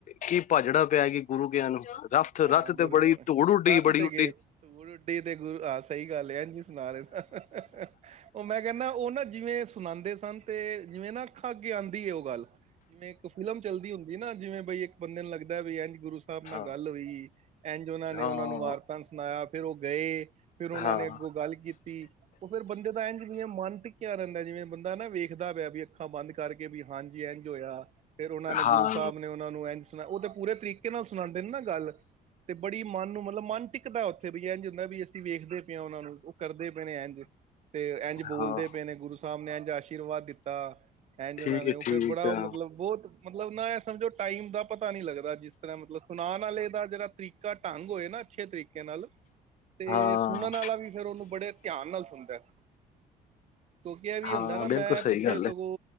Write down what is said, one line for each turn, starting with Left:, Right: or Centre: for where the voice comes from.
Left: ਕੀ ਭਾਜੜਾ ਪੈ ਗਈਆਂ ਗੁਰੂ ਦਿਆ ਨੂੰ ਰਥ
Right: ਹਾਂ
Left: ਰਥ
Right: ਗੁਰੂ
Left: ਤੇ ਬੜੀ
Right: ਕਹਿਣਾ
Left: ਧੂੜ ਉੱਡੀ
Right: ਰੱਥ
Left: ਬੜੀ
Right: ਤੇ
Left: ਉੱਡੀ
Right: ਗਏ <unintelligible> ਤੇ ਗੁਰੂ ਆਹ ਸਹੀ ਗੱਲ ਹੈ। ਇੰਜ ਹੀ ਸੁਣਾ ਰਹੇ ਸਨ। ਅਅਅ। ਉਹ ਮੈਂ ਕਹਿੰਦਾ ਉਹ ਨਾ ਜਿਵੇਂ ਸੁਣਾਉਂਦੇ ਸਨ ਤੇ ਜਿਵੇਂ ਨਾ ਅੱਖਾਂ ਅੱਗੇ ਆਉਂਦੀ ਹੈ ਉਹ ਗੱਲ। ਜਿਵੇਂ ਇੱਕ ਫਿਲਮ ਚਲਦੀ ਹੁੰਦੀ ਨਾ ਜਿਵੇਂ ਬਈ ਇੱਕ ਬੰਦੇ ਨੂੰ ਲੱਗਦਾ ਵੀ ਇੰਝ ਗੁਰੂ ਸਾਹਿਬ ਨਾਲ
Left: ਹਾਂ
Right: ਗੱਲ ਹੋਈ ਇੰਝ ਉਹਨਾਂ ਨੇ
Left: ਹਾਂ
Right: ਉਹਨਾਂ ਨੂੰ ਵਾਰਤਾਣ ਸੁਣਾਇਆ ਫੇਰ ਉਹ ਗਏ ਫੇਰ ਉਹਨਾਂ
Left: ਹਾਂ
Right: ਨੇ ਅੱਗੋਂ ਗੱਲ ਕੀ ਤੀ ਉਹ ਫੇਰ ਬੰਦੇ ਤਾਂ ਐ ਜਿਵੇਂ ਮਨ ਟਿਕਿਆ ਰਹਿੰਦਾ ਜਿਵੇਂ ਬੰਦਾ ਨਾ ਵੇਖਦਾ ਪਿਆ ਵੀ ਅੱਖਾਂ ਬੰਦ ਕਰਕੇ ਵੀ ਹਾਂਜੀ ਇੰਝ ਹੋਇਆ। ਫੇਰ ਉਹਨਾਂ ਨੇ
Left: ਹਾਂ
Right: ਗੁਰੂ ਸਾਹਿਬ ਨੇ ਉਹਨਾਂ ਨੂੰ ਇੰਝ ਉਹ ਤੇ ਪੂਰੇ ਤਰੀਕੇ ਨਾਲ ਸੁਣਾਉਂਦੇ ਨੇ ਨਾ ਗੱਲ ਤੇ ਬੜੀ। ਕੀ ਮਨ ਨੂੰ ਮਤਲਬ ਮਨ ਟਿਕਦਾ ਉੱਥੇ ਵੀ ਇਜ ਹੁੰਦਾ ਵੀ ਅਸੀਂ ਵੇਖਦੇ ਪਏ ਆ ਉਹਨਾਂ ਨੂੰ। ਕਰਦੇ ਪਏ ਨੇ ਇਝ ਤੇ ਇਝ ਬੋਲਦੇ
Left: ਹਾਂ
Right: ਪਏ ਨੇ ਗੁਰੂ ਸਾਹਿਬ ਨੇ ਇਝ ਆਸ਼ੀਰਵਾਦ ਦਿਤਾ ਐਝ ਉਹਨਾਂ
Left: ਠੀਕ
Right: ਨੇ
Left: ਹੈ
Right: ਉਹ
Left: ਠੀਕ
Right: ਫੇਰ ਬੜਾ
Left: ਹੈ
Right: ਉਹ ਮਤਲਬ ਬਹੁਤ। ਮਤਲਬ ਨਾ ਇਹ ਸਮਝੋ ਟਾਈਮ ਦਾ ਪਤਾ ਨੀ ਲੱਗਦਾ ਜਿਸ ਤਰ੍ਹਾਂ ਮਤਲਬ ਸੁਨਾਣ ਵਾਲੇ- ਦਾ ਜਿਹੜਾ ਤਰੀਕਾ ਢੰਗ ਹੋਏ ਨਾ ਅੱਛੇ ਤਰੀਕੇ ਨਾਲ ਤੇ
Left: ਹਾਂ
Right: ਸੁਣਨ ਵਾਲਾ ਵੀ ਫੇਰ ਉਹਨੂੰ ਬੜੇ। ਧਿਆਨ ਨਾਲ ਸੁਣਦਾ ਕਿਉਂਕਿ ਇਹ ਵੀ
Left: ਹਾਂ
Right: ਹੁੰਦਾ ਨਾ
Left: ਬਿਲਕੁਲ
Right: ਮੈਂ
Left: ਸਹੀ
Right: ਪਿੱਛੇ
Left: ਗੱਲ
Right: ਸਗੋਂ
Left: ਹੈ